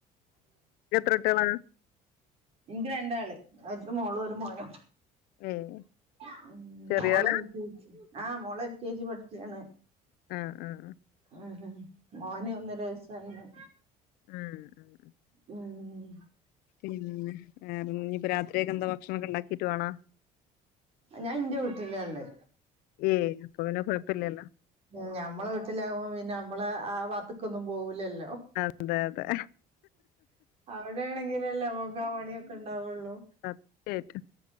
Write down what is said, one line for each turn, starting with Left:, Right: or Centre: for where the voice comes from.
Left: ഇയ്യ് എത്ര കുട്ടികളാ
Right: ഇൻക്ക് രണ്ടാള് ഒര് മോളും ഒരു മോനും.
Left: ഏയ്
Right: മം
Left: ചെറിയോലാ
Right: മോള് എൽ കെ ജി. ആഹ് മോള് എൽ കെ ജി പഠിക്കാണ്.
Left: മം മം
Right: മംഹം മോന് ഒന്നര വയസ്സായിണ്.
Left: ആ ആ.
Right: മം മം
Left: പിന്നെ വേറെ. ഇഞ്പ്പോ രാത്രിയൊക്കെ എന്താ? ഭക്ഷണൊക്കെ ഉണ്ടാക്കിട്ട് വേണാ?
Right: ഞാൻ ഇന്റെ വീട്ടിലാഇള്ളേ.
Left: ഏയ് അപ്പപിന്നെ കുഴപ്പില്ലല്ലോ?
Right: ഉം ഞമ്മളെ വീടിൽലാകുമ്പോ പിന്നെ, നമ്മള് ആ വാത്ത്ക്കൊന്നും പോവുലല്ലോ?
Left: അതെ അതെ.
Right: അവിടെ ആണെങ്കിലിൽ അല്ലെ നമ്മക്ക് ആ പണിയൊക്കെ ഉണ്ടാവോള്ളൂ.
Left: സത്യായിട്ടും.